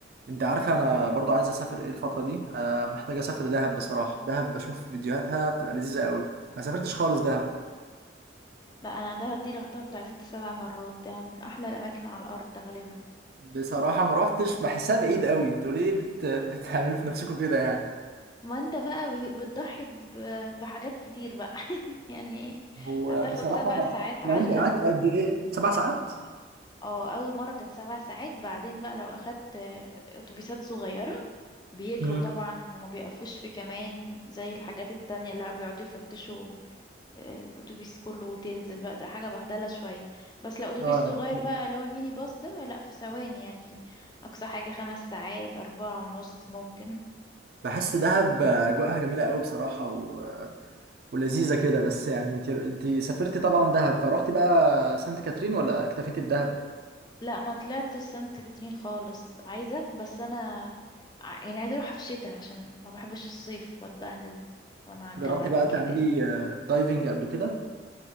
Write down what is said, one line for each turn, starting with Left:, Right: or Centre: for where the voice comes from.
Right: انت عارفه انا برضو عايز اسافر ايه الفتره دي آه محتاج اسافر دهب بصراحه دهب بشوف فيديوهاتها بتبقى لذيذه قوي ما سافرتش خالص دهب
Left: لا انا ده دي رحتها بتاع ست سبع مرات ده من احلى الاماكن على الارض ده غالبا
Right: بصراحه ما روحتش بحسها بعيد قوي انتوا ليه بت... بتعملوا في نفسكم كده يعني
Left: ما انت بقى بي- بتضحي ب- بحاجات كتير بقى <laughs> يعني
Right: هو
Left: هتاخد
Right: بصراحه
Left: سبع ساعات علقة
Right: يعني انت قعدت قد ايه سبع ساعات
Left: اه اول مرة كانت سبع ساعات بعدين بقى لو اخدت آه، اتوبيسات صغيرة بيجروا
Right: امم
Left: طبعا وما بيقفوش في كمان زي الحاجات التانية اللي بيقعدوا يفتشوا الاتوبيس كله وتنزل بقى تبقى حاجه بهدله شويه بس لو اتوبيس
Right: اه يعني
Left: صغير
Right: كتير.
Left: بقى اللي هو الميني باص ده لا في ثواني يعني اقصى حاجه خمس ساعات اربعة ونص ممكن
Right: بحس دهب اجواءها جميله قوي بصراحه و... ولذيذه كده بس يعني انت انت سافرتي طبعا دهب فروحتي بقى سانت كاترين ولا اكتفيتي بدهب
Left: لا ما طلعت سانت كاترين خالص عايزة بس أنا ع- يعني عايزة أروح في الشتاء عشان ما بحبش الصيف وأتبهدل وأنا على
Right: جربتي
Left: الجبل
Right: بقى
Left: وكده
Right: تعملي
Left: يعني
Right: آه، دايفنج قبل كده